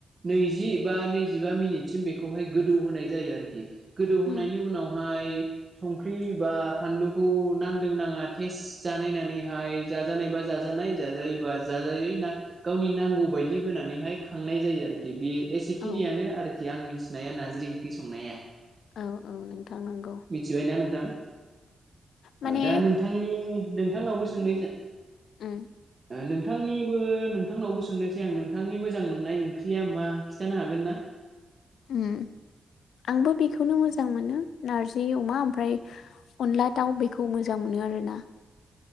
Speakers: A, on the right (about 40°); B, on the left (about 85°).
A: नैजि बा नैजिबा मिनिटसिम बेखौहाय गोदौ होनाय जायो आरोखि। गोदौहोनायनि
B: उम
A: उनावहाय संख्रि बा फानलुखौ नांदों नाङा टेस जानायनानैहाय जाजानाय बा जाजा नाय जाजायोबा जाजायै ना गावनि नांगौ बायदि होनानैहाय खांनाय जायो आरोखि बे एसेखिनियानो
B: औ
A: आरोखि आं मिथिनाया नाज्रि ओंख्रि संनाया।
B: औ औ नोंथां नोंगौ।
A: मिथिबायना नोंथां?
B: माने
A: ओ दा नोंथांनि नोंथांनावबो सोंनाय जा
B: ओ
A: नोंथांनिबो नोंथांनावबो सोंनोसै आं नोंथांनि मोजां मोननाय ओंख्रिया मा खिन्थानो हागोन ना
B: उम आंबो बेखौनो मोजां मोनो नारजि अमा ओमफ्राय अनला दाउ बेखौ मोजां मोनो आरो ना